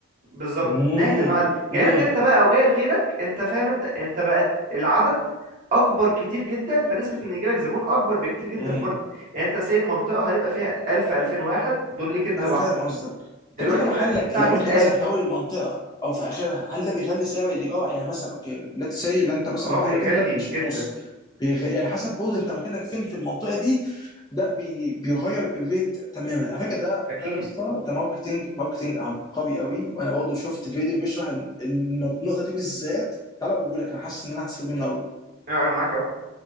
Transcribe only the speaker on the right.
بالظبط
ناحية المحل جاي لك انت بقى او جاي لغيرك انت فاهم انت انت بقت العدد اكبر كتير جدا فنسبة ان يجيلك زبون اكبر بكتير جدا
برضه يعني انت ساي المنطقة هيبقى فيها 1000 2000 واحد دول ليك انت
لوحدك
دلوقتي
بقى فيه بتاع
100000
اه
بيغلي
جدا
اكيد
لا، انا معاك اهو